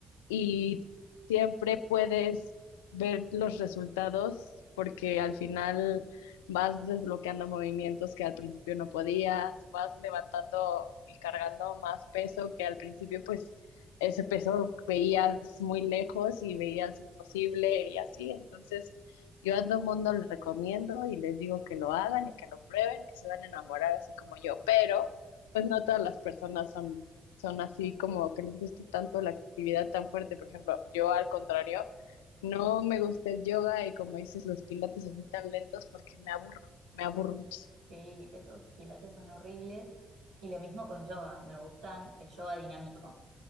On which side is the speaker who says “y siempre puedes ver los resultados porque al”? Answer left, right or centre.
Left